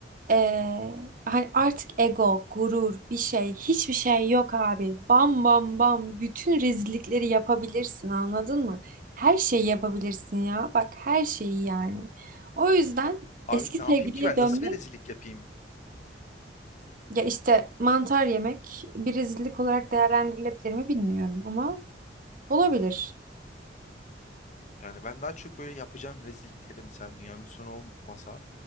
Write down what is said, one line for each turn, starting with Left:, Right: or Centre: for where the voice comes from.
Right: eee, hani artık ego, gurur, bir şey, hiçbir şey yok abi. Bam bam bam bütün rezillikleri yapabilirsin anladın mı? Her şeyi yapabilirsin ya. Bak her şeyi yani. O yüzden
Left: Abi
Right: eski
Left: ne
Right: sevgiliye
Left: yapayım ki ben?
Right: dönmek
Left: Nasıl bir rezillik yapayım?
Right: ya işte mantar yemek bir rezillik olarak değerlendirilebilir mi bilmiyorum ama olabilir.
Left: Yani ben daha çok böyle yapacağım rezillikleri mesela dünyanın sonu olmasa